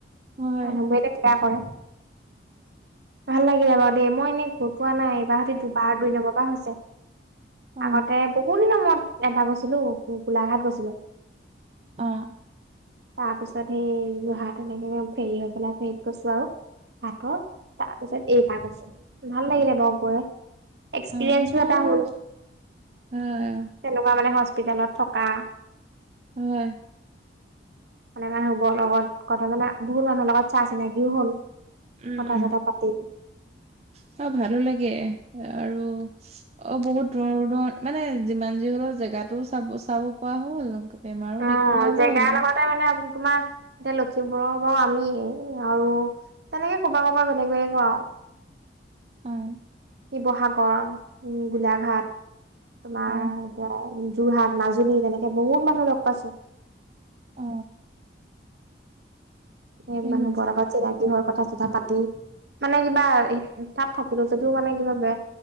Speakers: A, on the right; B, on the right.
A: হয়
B: মানুহবোৰে কিয়া কৰে, ভাল লাগিলে বাৰু দেই মই এনে ক। পোৱা নাই এইবাৰ সতি দুবাৰ দুই নম্বৰ পৰা হৈছে,
A: অ
B: আগতে বহুত দিনৰ মূৰত এবাৰ গৈছিলো গো গোলাঘাট গৈছিলোঁ।
A: অঁ।
B: তাৰ পিছত সেই যোৰহাট এনেকে ফেৰী হৈ পেলাই ফেৰিত গৈছো আৰু। কাতৰ তাৰপিছত এইবাৰ গৈছোঁ, ভাল লাগিলে বাৰু গৈ। এক্সপিৰিয়েঞ্চো
A: অ মই
B: এটা হ'ল।
A: হয়
B: তেনেকুৱা মানে হস্পিতালত থকা। <inaudible>
A: হয়
B: মানে মানে শুবৰ লগত কথা মানে বহুত মানুহৰ লগত চা চিনাকিও হল।
A: উম,
B: কথা চথা পাতি
A: চ ভালো লাগে। আৰু অ' বহুত দূৰ দূৰণ ৰদত মানে যিমান যি হলেও জেগাটোও চাব চাব পৰা হ'ল। বেমাৰো
B: অ',
A: দেখুওৱা হ'ল
B: জেগাৰ লগতে মানে তোমাৰ এতিয়া। লক্ষিমপুৰৰ পৰা বাৰু আমিয়েই আৰু তেনেকে কবাৰ কবাৰ বেলেগ বেলেগৰ আৰু।
A: উম।
B: শিৱসাগৰ উম গোলাঘাট তোমাৰ
A: অ
B: এতিয়া। যোৰহাট মাজুলী তেনেকে বহুত মানুহ লগ পাইছোঁ।
A: অ
B: এ
A: উম
B: মানুহবোৰ লগত চিনাকি হৈ কথা-চথা পাতি মানে কিবা। তাত থাকিলো যদিও মানে কিবা বে